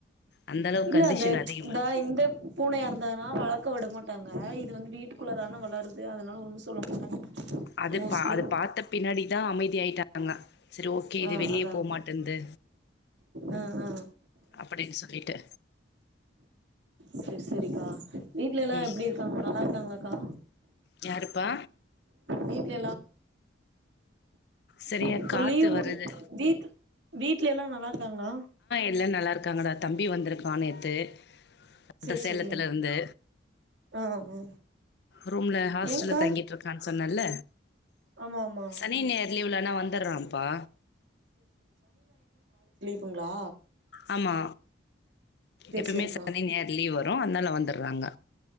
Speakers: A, on the left; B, on the right.
A: அந்த அளவுக்கு
B: இல்ல
A: கண்டிஷன்
B: அந்த
A: அதிகமா
B: இந்தா
A: இருக்கு
B: இந்த பூனையா இருந்தனா வளக்க உடமாட் மாட்டாங்க இது வந்து வீட்டுக்குள்ள தான வளருது அதனால ஒன்னு சொல்ல மாட்டாங்க
A: அது
B: மோஸ்ட்லி
A: பா அது பாத்த பின்னடி தா அமைதி ஆயிட்டாங்க செரி ஓகே இது
B: ஆ
A: வெளியே
B: அதா
A: போமாட்டேன்து
B: ஆ ஆ
A: அப்டின் சொல்லிட்டு
B: செரி செரிக்கா வீட்ல எல்லா
A: ம்
B: எப்டிருக்காங்க நல்லாருக்காங்ளா க்கா
A: யாருப்பா
B: வீட்ல
A: சரியா
B: இப்ப
A: காத்து
B: லீவ் முடிஞ்சு
A: வருது
B: வீட்டு வீட்ல எல்லா நல்லார் க்காங்ளா
A: எல்லா நல்லா இருக்காங்கடா தம்பி வந்திருக்கா நேத்து <inaudible>
B: சேரி
A: சேலத்துல
B: சேரி
A: இருந்து
B: ஆ ஆ
A: ரூம்ல ஹாஸ்டல்ல
B: ஏங்க்கா
A: தங்கிட்ருக்கான் சொன்னல்ல
B: ஆமா ஆமா
A: சனி ஞாயிற் லீவுலனா வந்துர்றாம்ப்பா
B: வுங்ளா
A: ஆமா எப்பமே
B: சேரிக்கா
A: சனி ஞாயிறு லீவ் வரு அதுனால வந்துர் றாங்க